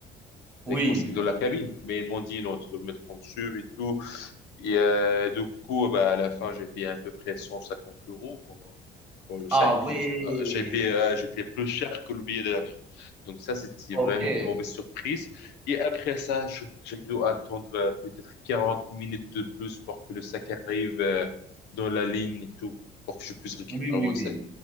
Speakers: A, in the centre; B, on the left.
A: oui.
B: avec mon sac dans la cabine. Mais ils m'ont dit, non, tu dois le mettre en dessus et tout. Et euh, du coup, bah, à la fin, j'ai payé à peu près 150 euros pour, euh, pour le sac.
A: Ah oui,
B: Juste, euh, J'ai payé, euh, j'ai payé plus cher que le billet de l'avion. Donc ça, c'était
A: OK.
B: vraiment une mauvaise surprise. Et après ça, je- j'ai dû attendre euh, peut-être 40 minutes de plus pour que le sac arrive euh, dans la ligne et tout, pour que je puisse récupérer
A: Oui, oui,
B: mon
A: oui.
B: sac.